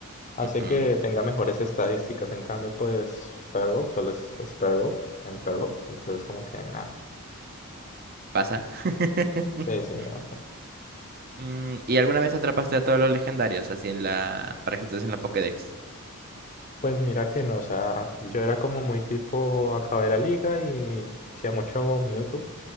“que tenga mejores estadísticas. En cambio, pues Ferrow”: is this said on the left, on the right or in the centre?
Left